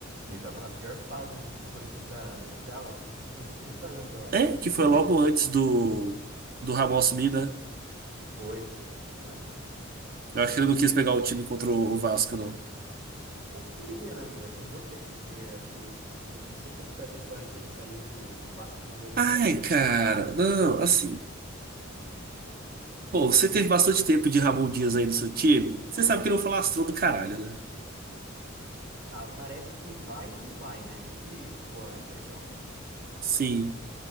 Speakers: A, on the right; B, on the right.
A: Ele tava na pior fase do Corinthians da, da- até ó, nos últimos 30 anos, eu acho.
B: É, que
A: <laughs>
B: foi logo antes do, do Ramon assumir, né?
A: Foi, foi um pouquinho antes.
B: Eu acho que ele não quis pegar o time contra o Vasco, não.
A: Ou queria, né? É que não deu tempo, porque eu acho que eles, não, não sei como foi essa história que ele saiu, que o Vasco mandou ele
B: Ai,
A: embora sem
B: cara,
A: mandar embora.
B: não, assim. Pô, você teve bastante tempo de Ramon Dias aí no seu time. Você sabe que ele é um falastrão do caralho, né?
A: Ah, parece que vai e não vai, né? Isso que ficou a impressão.
B: Sim.